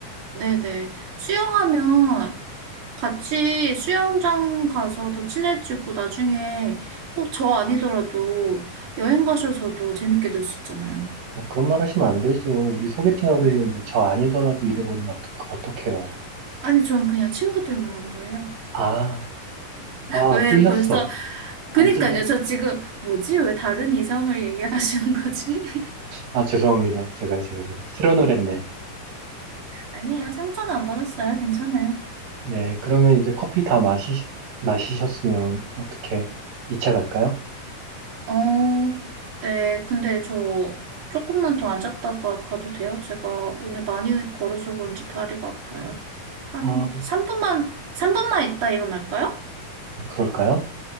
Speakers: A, on the right; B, on the right.
A: 네네. 수영하면 같이 수영장 가서 더 친해지고 나중에 꼭 저 아니더라도 여행 가셔서도 재밌게 놀 수 있잖아요.
B: 아, 그런 말 하시면 안 되죠. 우리 소개팅 하고
A: 왜?
B: 있는데 저 아니더라도 잃어버리면 어떡- 어떡해요?
A: 아니, 전 그냥 친구들 말한 거예요.
B: 아, 아,
A: 왜
B: 찔렸어.
A: 벌써, 그니까요.
B: 아, 찔렸어.
A: 저 지금, 뭐지? 왜 다른 이성을 얘기하시는 거지? <laughs>
B: 아, 죄송합니다. 제가, 제가, 제가. 실언을 했네요.
A: 아니에요. 상처는 안 받았어요. 괜찮아요.
B: 네, 그러면 이제 커피 다 마시, 마시셨으면 어떻게 2차 갈까요?
A: 어, 네. 근데 저 조금만 더 앉았다가 가도 돼요? 제가 오늘 많이 걸어서 그런지 다리가 아파요. 한
B: 아,
A: 3분만, 3분만 있다 일어날까요?
B: 아, 그럴까요?